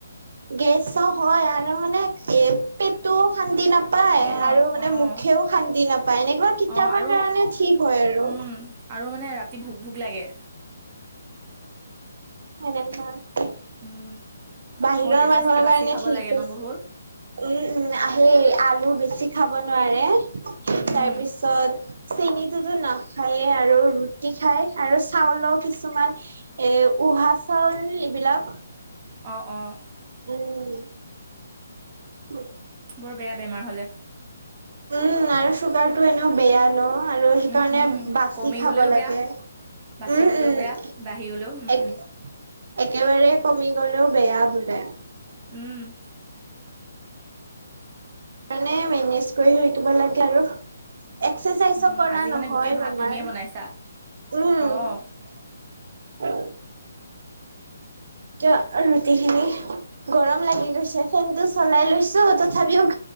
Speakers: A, on the right (about 60°); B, on the right (about 35°).
A: গেছো হয় আৰু মানে এ পেটু শান্তি নাপায়
B: অ',
A: আৰু মানে
B: অ',
A: মুখেও শান্তি নাপায় এনেকুৱা কেতিয়াবা
B: অ', আৰু
A: কাৰণে ঠিক হয় আৰু
B: উম,
A: <inaudible> <unintelligible>
B: আৰু মানে ৰাতি ভোক ভোক লাগে
A: উ হয় <unintelligible>
B: উম,
A: বাহিৰৰ
B: অ', দেউতা
A: মানুহৰ
B: চাগে বাচি
A: কাৰণে
B: খাব
A: ঠিক
B: লাগে ন
A: আছে
B: বহুত?
A: উম উম সেই আলু বেছি খাব নোৱাৰে
B: উম,
A: তাৰপিছত চেনটোতো নাখায়েই আৰু ৰুটি খাই আৰু চাউলও কিছুমান এ উহা চাউল এইবিলাক
B: অ', অ',
A: উম <unintelligible> <unintelligible>
B: বৰ বেয়া বেমাৰ হলে
A: উম আৰু চুগাৰটো এনেক বেয়া আৰু সেইকাৰণে
B: উম, উম,
A: বাচি
B: কমি
A: খাব
B: গ'লেও
A: লাগে
B: বেয়া,
A: উম
B: বাচি গ'লেও
A: উম
B: বেয়া, বাঢ়ি গ'লেও উম,
A: এক
B: উম,
A: একেবাৰে কমি গলেও বেয়া বোলে
B: উম
A: মানে মেনেজ কৰি থাকিব লাগে আৰু এক্সাচাইজো
B: উম,
A: কৰা
B: আজি
A: নহয়
B: মানে গোটেই ভাত
A: আমাৰ
B: তুমিয়ে বনাইছা?
A: উম
B: অ',
A: উ <inaudible> <unintelligible> ত ৰুটি খিনি গৰম লাগি গৈছে ফেনতটো চলাই লৈছো তথাপিও